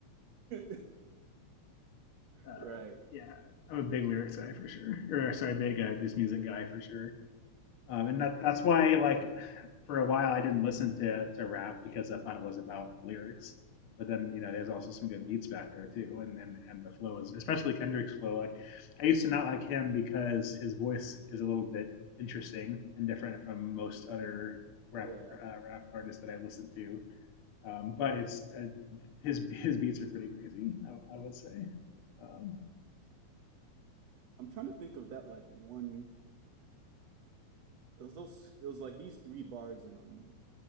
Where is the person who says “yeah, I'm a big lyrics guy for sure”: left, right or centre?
Left